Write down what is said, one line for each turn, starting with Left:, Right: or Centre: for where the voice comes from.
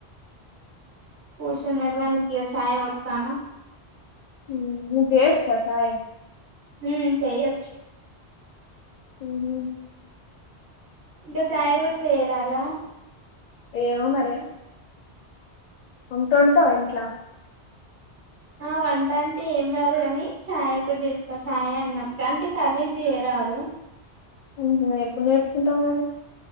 Right: <unintelligible> నడవానికి ఇగ ఛాయ్ పొత్తాన్నా
Left: ఉమ్ నీకు జేయొచ్చా చాయ్
Right: ఉమ్ చెయ్యొచ్చు
Left: ఉమ్
Right: ఇంగ చాయ్ కూడా చేయారాదా
Left: ఏమో మరి వొంట్ వండుతాద ఇంట్లో
Right: ఆ వంట అంటే ఏం రాదు గాని చాయ్ ఒకటి చెప్పుతా చాయ్ అన్నం కాంటే కర్రీ జెయ రాదు
Left: మ్మ్ హు ఎప్పుడు నేర్చుకుంటాం నువు